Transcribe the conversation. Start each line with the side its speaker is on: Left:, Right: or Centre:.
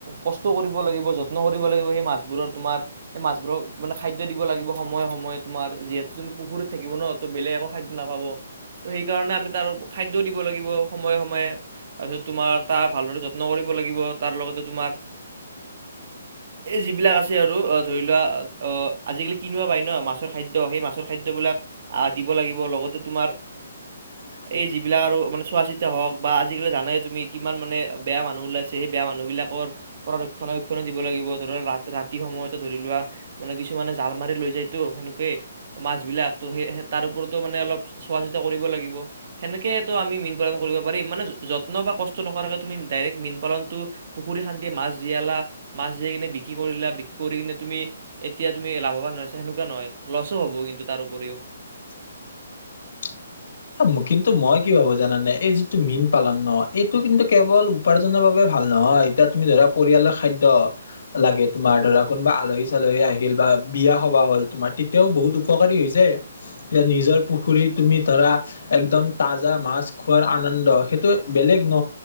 Right: কষ্ট কৰিব লাগিব যত্ন কৰিব লাগিব সেই মাছবোৰৰ তোমাৰ সেই মাছবোৰৰ- খাদ্য দিব লাগিব সময়ে সময়ে তোমাৰ যিহেতু তুমি পুখুৰীত থাকিব ন ত বেলেগ একো খাদ্য নাপাব। ত সেইকাৰণে আমি তাৰ খাদ্য দিব লাগিব সময়ে সময়ে তাৰপিছত তোমাৰ তাৰ ভালদৰে যত্ন কৰি- লাগিব তাৰ লগতে তোমাৰ
Left: <inaudible>
Right: এই যিবিলাক আছে আৰু অ ধৰি লোৱা অ আজিকালি কিনিব পাই ন মাছৰ খাদ্য সেই মাছৰ খাদ্যবিলাক আহ দিব লাগিব লগতে তোমাৰ
Left: <inaudible>
Right: এই যিবিলাক আৰু মানে চোৱা চিতা হওক বা আজিকালি জানে তুমি কিমান মানে বেয়া মানুহ ওলাইছে সেই বেয়া মানুহ বিলাকৰ পৰা ৰক্ষণাবেক্ষণ দিব লাগিব ধৰি ৰাতি সময়তে ধৰি লোৱা মানে কিছুমানে জাল মাৰ লৈ যায় তো লোকে মাছ বিলাক সেই তাৰ ওপৰতো মানে অলপ চোৱা -চিতা কৰিব লাগ সেনেকেটো আমি মীন পালন কৰিব পাৰিম। মানে যত্ন বা কষ্ট নকৰাকে তুমি ডৰেক্ ম পালনটো পুখুৰী খান্দি মাছ জিয়ালা মাছ জিয়াই কিনে বিক্ৰী কৰিলা বিক্ৰী কৰিনে তুমি এতিয়া তুমি লাভৱান হৈছে সেনেকুৱা নহয় লছো হ'ব কিন্তু তাৰ উপৰিও।
Left: <inaudible> কিন্তু মই কি ভাবো জানানে এই যিটো মীন পালন ন এইটো কিন্তু কেৱল উপাৰ্জনৰ বাবে ভ ভাল নহয় এতিয়া তুমি ধৰা পৰিয়ালৰ খাদ্য লাগে তোমাৰ ধৰা কোনোবা আলহী- চালহী আহিল বা বিয়া সবাহ হ'ল তোমাৰ তেতিয়াও বহুত উপকাৰী হৈ যায় এতিয়া নিজৰ পুখুৰীত তুমি ধৰা একদম তাজা মাছ খোৱাৰ আনন্দ সেইটো বেলেগ ন